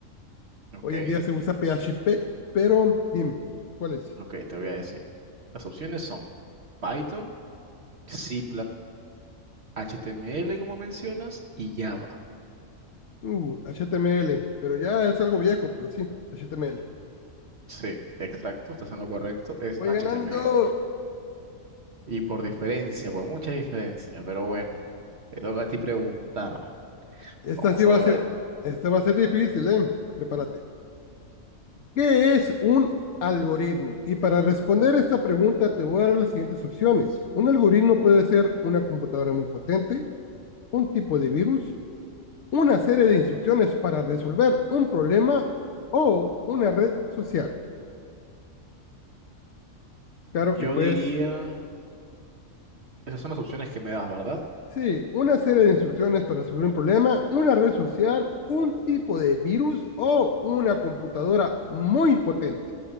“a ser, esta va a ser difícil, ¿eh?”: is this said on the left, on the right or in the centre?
Left